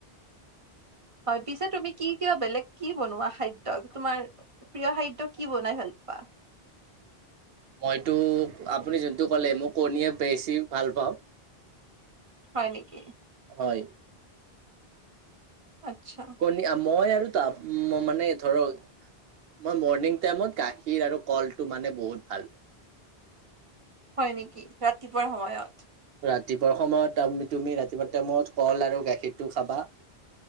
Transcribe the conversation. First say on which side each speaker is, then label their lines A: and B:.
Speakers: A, on the right (about 35°); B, on the right (about 70°).
A: হয়, পিছে তুমি কি কিয় বেলেগ কি বনোৱা খাদ্য? তোমাৰ প্ৰিয় খাদ্য কি বনাই ভাল প <unintelligible>
B: মইতো আপুনি যোনটো ক'লে মই কণীয়ে বেছি ভাল পাওঁ।
A: হয় নেকি?
B: হয়।
A: আচ্ছা।
B: কণী মই আৰু তাৰপ মানে ধৰক। মই মৰ্ণিং টাইমত গাখীৰ আৰু কলটো মানে বহুত ভাল।
A: হয় নেকি? ৰাতিপুৱাৰ সময়ত।
B: ৰাতিপুৱাৰ সময়ত, ত-তুমি ৰাতিপুৱা টাইমত কল আৰু গাখীৰটো খাবা।